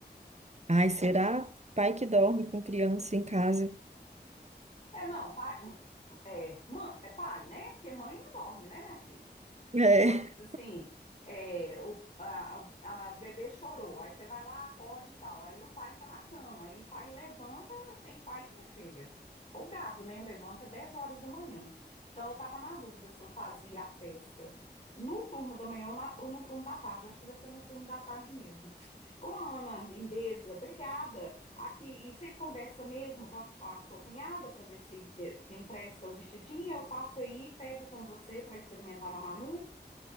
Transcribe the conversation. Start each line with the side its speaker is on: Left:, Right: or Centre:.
Right: Ai, será? Pai que dorme com criança em casa.
Left: É, não, pai, hum, é, mãe, é pai, né? Porque mãe não dorme, né, minha filha?
Right: É.
Left: Mas assim, é, o, a- a- o bebê chorou. Aí você vai lá, acode e tal. Aí o pai tá na cama. Aí o pai levanta, tem pai que, minha filha, folgado, né? Levanta 10 horas da manhã. Então eu tava na dúvida se eu fazia a festa no turno da manhã ou, na- ou no turno da tarde. Acho que vai ser no turno da tarde mesmo. Ô, Ana, lindeza, obrigada. Aqui, e você conversa mesmo com a, com a sua cunhada para ver se eh, me empresta o vestidinho? Eu passo aí, pego com você para experimentar na Manu.